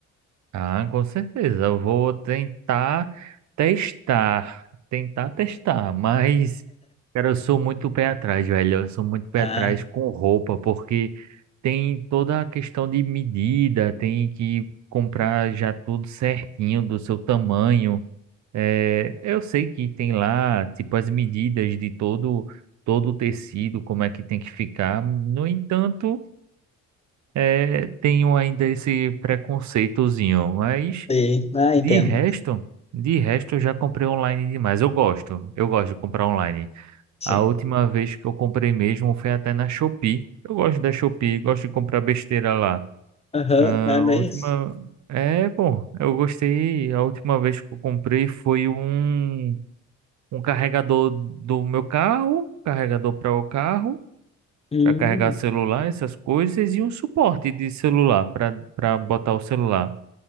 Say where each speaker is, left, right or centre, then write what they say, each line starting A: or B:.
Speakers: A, on the right (about 70°); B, on the left (about 20°).
A: Ah, com certeza. Eu vou tentar testar. Tentar testar, mas, cara, eu sou muito pé atrás, velho. Eu sou muito pé
B: Ah,
A: atrás com roupa, porque tem toda a questão de medida, tem que comprar já tudo certinho do seu tamanho. É, eu sei que tem lá, tipo, as medidas de todo, todo o tecido, como é que tem que ficar. No entanto. é, tenho ainda esse preconceitozinho, mas
B: sim, ah,
A: de
B: entendo.
A: resto, de resto eu já comprei online demais. Eu gosto, eu gosto de comprar online.
B: Sim.
A: A última vez que eu comprei mesmo foi até na Shopee. Eu gosto da Shopee, gosto de comprar besteira lá.
B: Aham,
A: Ah,
B: é bem
A: a última.
B: isso.
A: É, bom, eu gostei. A última vez que eu comprei foi um, um carregador do meu carro, carregador para o carro
B: Hum,
A: para carregar celular, essas coisas, e um suporte de celular para para botar o celular.